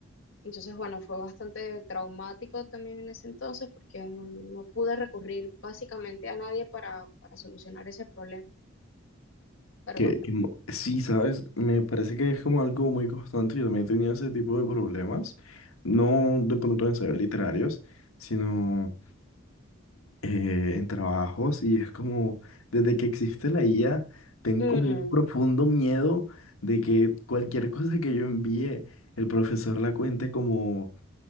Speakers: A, on the left; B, on the left.
A: Entonces, bueno, fue bastante traumático también en ese entonces porque no, no pude recurrir básicamente a nadie para, para solucionar ese problema. Pero
B: Que,
A: bueno,
B: que mo- sí, ¿sabes? Me parece que es como algo muy constante. Yo también tenía ese tipo de problemas. No de pronto en ensayos literarios, sino eh, en trabajos. Y es como, desde que existe la IA, tengo
A: Mm,
B: como un profundo miedo de que cualquier cosa que yo envíe, el profesor la cuente como